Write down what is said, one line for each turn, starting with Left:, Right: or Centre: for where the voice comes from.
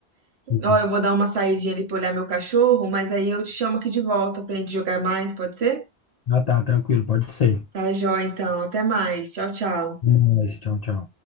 Left: Uhum.
Right: Ó, eu vou dar uma saidinha ali pra olhar meu cachorro, mas aí eu te chamo aqui de volta pra gente jogar mais, pode ser?
Left: Ah, tá, tranquilo, pode ser.
Right: Tá, joia, então. Até mais. Tchau, tchau.
Left: É nóis, Tchau, tchau.